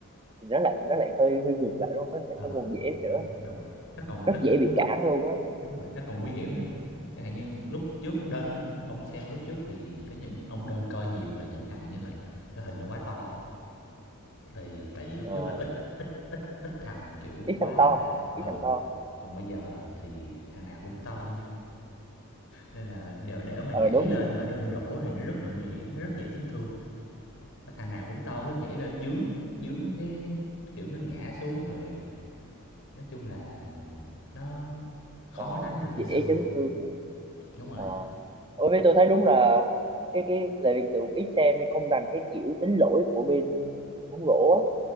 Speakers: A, on the right; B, on the left.
A: thì nó lại nó lại hơi hơi ngược lại đúng không nó lại
B: ừ
A: không còn dễ nữa
B: đúng rồi đúng rồi nó còn
A: rất
B: nó cũng
A: dễ bị cản luôn á
B: đúng rồi nó còn nguy hiểm
A: Ừ.
B: nữa chẳng hạn như lúc trước đơn á ông xem lúc trước thì có những ông đơn coi nhiều là những thằng như là cái hình nó quá to thì tại vì lúc
A: ờ,
B: trước là ít ít ít ít thằng kiểu
A: ít
B: quá
A: thằng to
B: là
A: ít
B: ừ
A: thằng to
B: còn bây giờ thì thằng nào cũng to như nhau nên là để, để mà
A: ờ
B: nhảy
A: đúng
B: lên
A: đúng
B: mà đâm rổ thì nó rất là nguy hiểm nó rất dễ chấn thương Có thằng nào cũng to cứ nhảy lên dướng dướng cái kiểu nó ngã xuống rồi nói chung là nó khó
A: ờ,
B: đánh được
A: dễ
B: như xưa
A: chấn thương mà
B: đúng rồi
A: ờ Ủa, với tôi thấy đúng là cái cái tại vì tôi cũng ít xem nên không rành cái kiểu tính lỗi của bên bóng rổ á